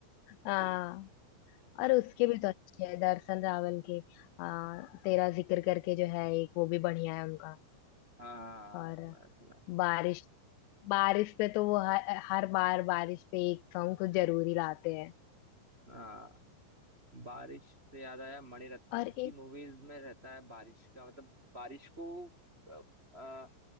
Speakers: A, on the left; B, on the right.
A: हाँ
B: तो
A: और उसके भी तो अच्छे हैं दर्शन रावल के आ, तेरा जिक्र करके जो है एक वो भी बढ़िया है उनका
B: हाँ हाँ,
A: और
B: हाँ, सुना है सुना है
A: बारिश बारिश पे तो वो हर, हर बार बारिश पे एक सॉन्ग तो जरूरी लाते हैं
B: हाँ बारिश से याद आया मणिरत्नम
A: और
B: की मूवीज में रहता है बारिश का मतलब बारिश को अ, अ,